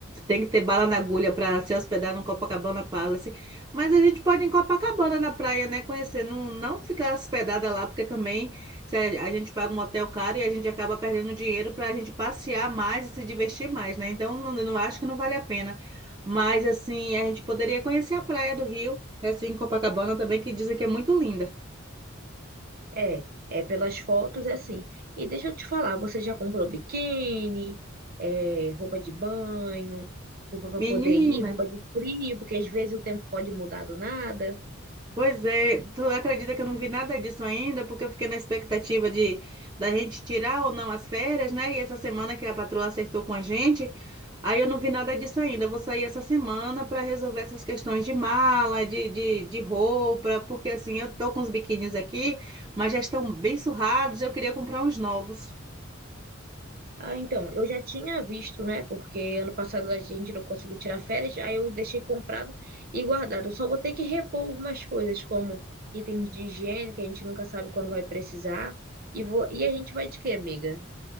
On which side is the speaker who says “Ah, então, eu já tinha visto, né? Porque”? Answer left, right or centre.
Right